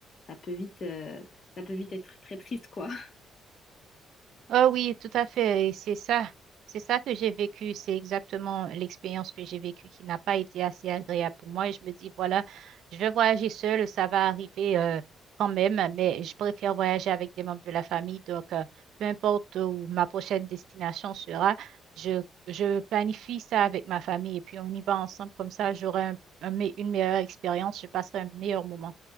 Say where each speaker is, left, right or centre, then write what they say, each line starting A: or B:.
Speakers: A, on the left; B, on the right.
A: ça peut vite, euh, ça peut vite être très triste, quoi. <laughs>
B: Ah oui, tout à fait. et C'est ça. C'est ça que j'ai vécu. C'est exactement l'expérience que j'ai vécue qui n'a pas été assez agréable pour moi. Et je me dis, voilà, je vais voyager seule, ça va arriver euh, quand même, mais je préfère voyager avec des membres de la famille. Donc, euh, peu importe où ma prochaine destination sera, je, je planifie ça avec ma famille et puis on y va ensemble. Comme ça, j'aurai un- un me- une meilleure expérience, je passerai un meilleur moment.